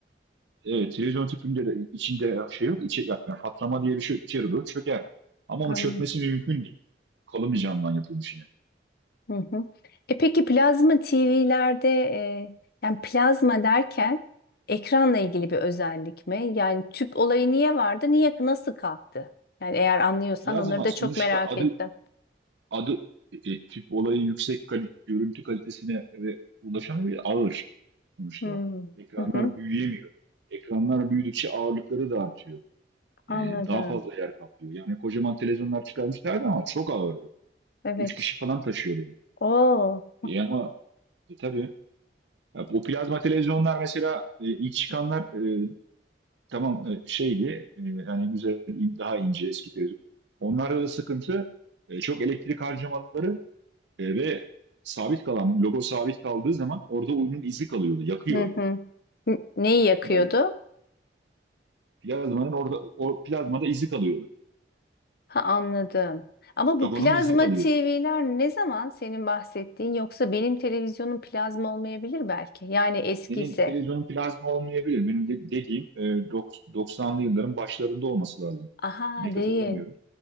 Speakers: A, on the right; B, on the left.
A: Evet, televizyon tüpünde de içinde şey yok. içi- yani patlama diye bir şey yok. İçeri doğru çöker. Ama
B: Anladım.
A: onun çökmesi mümkün değil. Kalın bir camdan yapılmış yine.
B: Hı hı. E peki plazma TV'lerde e, yani plazma derken ekranla ilgili bir özellik mi? Yani tüp olayı niye vardı? Niye nasıl kalktı? Yani eğer anlıyorsan
A: Plazma
B: onları da
A: sonuçta
B: çok merak
A: adı
B: ettim.
A: adı e, tüp olayı yüksek kali- görüntü kalitesine ve ulaşamıyor ya, ağır sonuçta.
B: Hmm.
A: Ekranlar
B: Hı hı.
A: büyüyemiyor. Ekranlar büyüdükçe ağırlıkları da artıyor.
B: Anladım.
A: E, daha fazla yer kaplıyor. Yani kocaman televizyonlar çıkarmışlardı ama çok ağırdı.
B: Evet.
A: Üç kişi falan taşıyordu yani.
B: Oo.
A: E, ama e, tabii Ya, O plazma televizyonlar mesela e, ilk çıkanlar e, tamam e, şeydi e, yani güzel in- daha ince eski televizyon. Onlarda da sıkıntı e, çok elektrik harcamaları e, ve sabit kalan logo sabit kaldığı zaman orada oyunun izi kalıyordu, yakıyordu.
B: Hı hı. N- Neyi yakıyordu?
A: Plaz, plazmanın orada o plazmada izi kalıyordu.
B: Ha anladım. Ama bu
A: Logonun
B: plazma
A: izi kalıyordu.
B: TV'ler ne zaman senin bahsettiğin yoksa benim televizyonum plazma olmayabilir belki. Yani eskiyse.
A: Senin televizyonun plazma olmayabilir. Benim de- dediğim e, dok- 90'lı yılların başlarında olması lazım.
B: Aha
A: Net
B: değil.
A: hatırlamıyorum.